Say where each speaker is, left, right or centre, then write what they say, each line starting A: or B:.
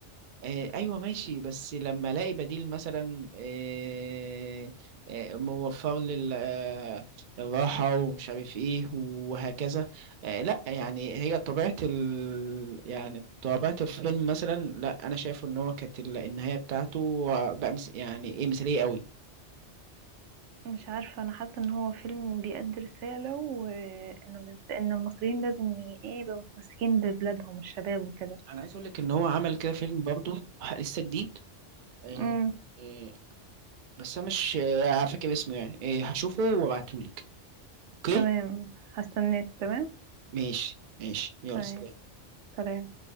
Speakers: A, on the right (about 55°); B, on the right (about 85°).
A: آه ايوه ماشي بس لما الاقي بديل مثلا آه آه موفر لي ال- آه، الراحه ومش عارف ايه وهكذا آه لا يعني هي طبيعه ال يعني طبيعه الفيلم مثلا لا انا شايفه ان هو كانت ال- النهايه بتاعته بقى مس يعني ايه مثاليه قوي
B: مش عارفة انا حاسة ان هو فيلم بيأدي رسالة وانه الإنس- ان المصريين لازم ي- ايه يبقوا متمسكين ببلادهم الشباب وكده
A: انا عايز اقول لك ان هو عمل كده فيلم برضه لسه جديد آه
B: م.
A: آه بس انا مش آه، فاكر اسمه يعني آه هشوفه وابعتهولك اوكي
B: تمام هستناك تمام
A: ماشي ماشي يلا
B: تمام
A: سلام
B: سلام